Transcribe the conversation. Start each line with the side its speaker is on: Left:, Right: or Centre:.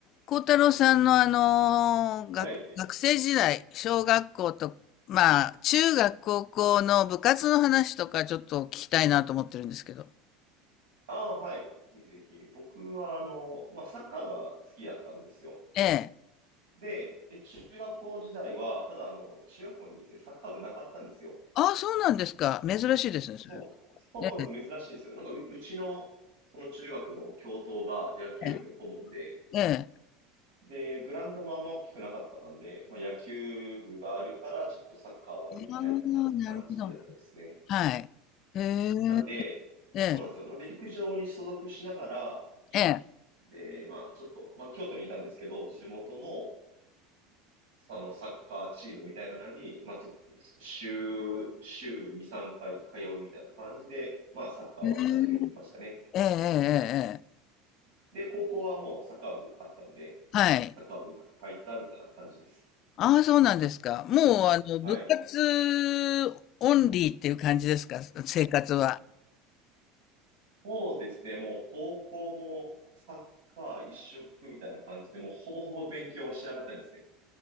Left: 孝太郎さんのあのー、
Right: はい。
Left: 学、学生時代、小学校と、まあ、中学、高校の部活の話とかちょっと聞きたいなと思ってるんですけど。
Right: ああ、はい。ぜひぜひ。僕は、あの、まあ、サッカーが好きやったんですよ。
Left: ええ。
Right: で、で、中学校時代は、ただ、あの、中学校にですね、サッカー部なかったんですよ。
Left: ああ、そうなんですか。珍しいですね、それ。
Right: そう、そうなんですよ。
Left: え
Right: 珍しいんですよ。なんかう、うちの、その中学の教頭が野球部の顧問で、
Left: え。ええ。
Right: で、グラウンドもあんま大きくなかったんで、まあ、野球部があるから、ちょっとサッカーはできないみたいな感じやったですね。
Left: ああ、なるほど。はい。へえ。
Right: なんで、
Left: ええ。
Right: そうなんですよ。なんで、陸上に所属しながら、
Left: ええ。
Right: で、まあ、ちょっと、まあ、京都にいたんですけど、地元の、そのサッカーチームみたいなのに、まあ、と週、週2、3回通うみたいな感じで、まあ、サッカーは始めてましたね。
Left: へえええ。ええ。ええ。
Right: で、高校はもうサッカー部あったんで、
Left: はい。
Right: サッカー部に入ったみたいな感じです。
Left: ああ、そうなんですか。もう、あの、
Right: はい。
Left: 部活オンリーっていう感じですか、生活は。
Right: そうですね、もう高校もサッカー一色みたいな感じで、もうほぼほぼ勉強はしてなかったですね。